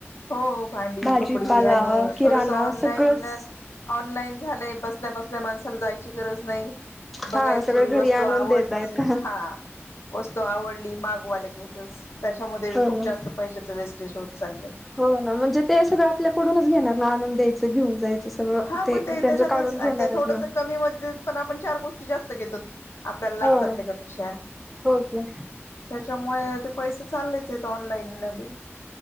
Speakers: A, on the left; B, in the centre.
A: हो भांडी
B: भाजीपाला
A: कपडी आणि
B: किराणा
A: थोडस ऑनलाईन
B: सगळंच
A: ऑनलाईन झालंय. बसल्या बसल्या माणसाला जायची गरज नाही बघायची
B: हा सगळं
A: वस्तू
B: घरी आणून
A: आवडती
B: देतायत
A: हा. वस्तू आवडली मागवाला लगेच. चच त्याच्यामध्ये
B: हो
A: खूप
B: ना
A: जास्त पैशाच वेस्टेज होत चालये.
B: हो ना म्हणजे ते सगळं आपल्याकडूनच घेणार ना आनंद द्यायचं घेऊन जायचं. सगळं
A: हा मग ते
B: त्यांचं
A: त्याच्यातच
B: काढून घेणारच
A: ते थोडस
B: ना
A: कमी म पण आपण चार गोष्टी जास्त घेतोत. आपल्याला लागतात
B: हो
A: त्याच्यापेक्षा
B: हो की
A: त्याच्या मुळे ते पैसे चाललेच आहेत ऑनलाईन न बी.